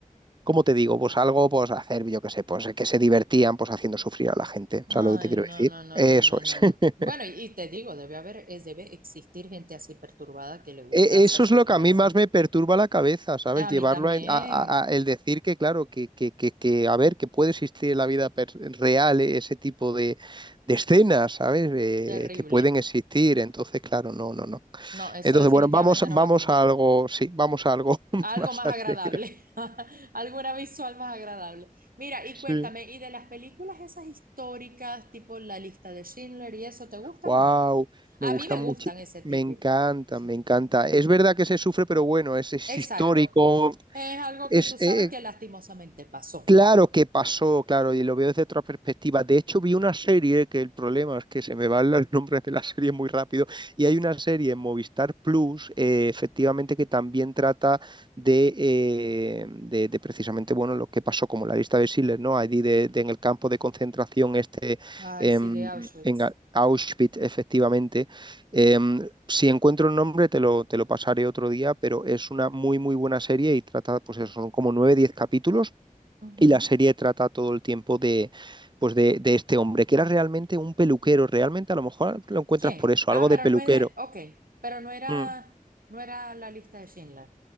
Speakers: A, on the right; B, on the right.
A: ¿cómo te digo? Pues algo, pues hacer, yo qué sé, pues eh, que se divertían, pues haciendo sufrir a la gente.
B: Ay,
A: ¿Sabes lo que te quiero
B: no,
A: decir?
B: no, no,
A: Eso
B: no, no, no,
A: es.
B: no.
A: <laughs>
B: Bueno, y, y te digo, debe haber, es, debe existir gente así perturbada que le gusta
A: E-
B: hacer
A: Eso
B: sufrir
A: es lo que a
B: a
A: mí
B: la
A: más
B: gente.
A: me perturba la cabeza, ¿sabes?
B: A
A: Llevarlo
B: mí también.
A: a, a- a- a- el decir que, claro, que, que, que, que, a ver, que puede existir en la vida pers- real eh, ese tipo de, de escenas, ¿sabes? Eh,
B: Terrible.
A: que pueden existir. Entonces, claro, no, no, no.
B: No, eso
A: Entonces,
B: definitivamente
A: bueno, vamos,
B: no
A: vamos
B: va conmigo.
A: a algo, sí, vamos a algo <laughs>
B: Algo
A: más
B: más
A: alegre.
B: agradable, <laughs> alguna visual más agradable. Mira, y
A: Sí.
B: cuéntame, ¿y de las películas esas históricas, tipo La lista de Schindler y eso, te gustan
A: Wow,
B: o no? A
A: me gustan
B: mí me
A: mucho.
B: gustan ese tipo,
A: Me encanta,
B: ese
A: me
B: tipo
A: encanta.
B: de películas.
A: Es verdad que se sufre, pero bueno, es, es
B: Exacto.
A: histórico,
B: Es algo
A: es,
B: que tú sabes
A: eh,
B: que lastimosamente pasó.
A: Claro que pasó, claro, y lo veo desde otra perspectiva. De hecho, vi una serie que el problema es que se me van los nombres de la serie muy rápido. Y hay una serie en Movistar Plus, eh, efectivamente, que también trata de, eh, de, de precisamente, bueno, lo que pasó como la lista de Schindler, ¿no? Allí de, de en el campo de concentración este
B: Ay,
A: em,
B: sí, de Auschwitz.
A: en A- Auschwitz, efectivamente. Em, si encuentro el nombre, te lo, te lo pasaré otro día, pero es una muy, muy buena serie y trata, pues eso, son como nueve, diez capítulos
B: Ujú.
A: y la serie trata todo el tiempo de, pues de, de este hombre, que era realmente un peluquero. Realmente a lo mejor lo encuentras
B: ¿Quién?
A: por eso,
B: Ah,
A: algo
B: pero
A: de peluquero.
B: no es de, ok, pero no era,
A: Mm.
B: no era la lista de Schindler.